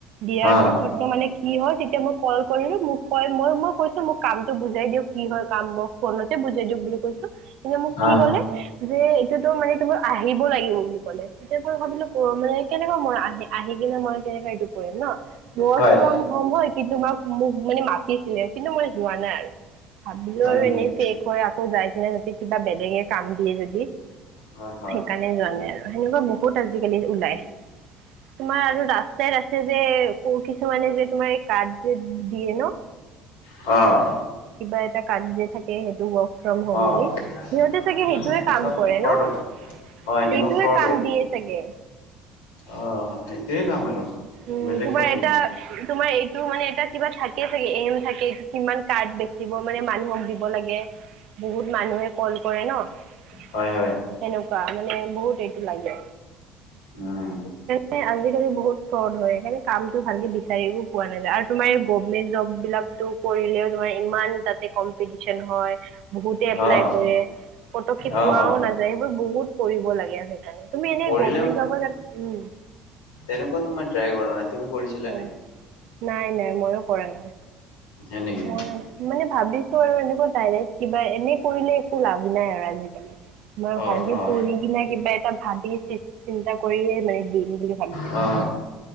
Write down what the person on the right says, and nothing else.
দিয়াৰ
পিছত মোৰ মানে, কি হয়, তেতিয়া মই কল কৰিলো, মোক কয় মই, মই কৈছো মোক কামটো বুজাই দিয়ক কি হয়, কাম মোক ফোনতে বুজাই দিয়ক বুলি কৈছো, সিহঁতে মোক কি
ক'লে যে এইটোতো, মানে তোমাৰ আহিব লাগিব বুলি ক'লে, তেতিয়া মই ভাবিলো, কৰিম নে কেনেকে, মোৰ আহ আহি কিনে, মই কেনেকে এইটো কৰিম ন? ৱৰ্ক
ফ্ৰম হ'ম হয়, কিন্তু মোক, মোক মানে মাতিছিলে, কিন্তু মই যোৱা নাই আৰু ভাবিলো,
আৰু
এনেই ফেক থৈ আকৌ যাই কিনে, তাহাঁতি কিবা বেলেগে কাম দিয়ে যদি,
সেইকাৰণে
যোৱা নাই আৰু সেনেকুৱা বহুত আজিকালি ওলাই তোমাৰ আৰু ৰাস্তাই, ৰাস্তাই যে, ক'ৰ, কিছুমানে যে, তোমাৰ এই কাৰ্ড যে, দিয়ে ন?
কিবা এটা কাৰ্ড যে থাকে, সেই ৱৰ্ক ফ্ৰম হ'ম
বুলি, সিহঁতে চাগে,
সেইটোয়ে
কাম
কৰে
ন?
সেইটোয়ে
কাম
দিয়ে চাগে
উম,
তোমাৰ
এটা,
তোমাৰ এইটো মানে, এটা কিবা থাকে চাগে, এইম থাকে, কিমান কাৰ্ড বেচিব, মানে মানুহক দিব লাগে, বহুত মানুহে কল কৰে ন? সেনেকুৱা
মানে, বহুত এইটো লাগে
এ, আজিকালি বহুত ফ্ৰদ হয়। সেইকাৰণে কামটো ভালকৈ বিচাৰিব পোৱা নাযায়, আৰু তোমাৰ এই গভমেণ্ট জববিলাকতো কৰিলেও তোমাৰ, ইমান তাতে কম্পিটিছন হয়, বহুতে এপ্লাই
কৰে পটককে
পোৱাও
নাযায়, সেইবোৰ বহুত পঢ়িব লাগে আৰু সেইকাৰণে, তুমি এনে
গভমেণ্ট জবৰ কাৰণে উম
হয়
নাই, নাই, ময়ো কৰা নাই।
মই মানে ভাবিছো আৰু এনেকুৱা ডাইৰেক্ট কিবা, এনে কৰিলে একো লাভ নাই আৰু আজিকালি মই
ভালকৈ
পঢ়ি কিনে, কিবা এটা ভাবি চি চিন্তা কৰিয়েই, মানে দিম বুলি ভাবি আছো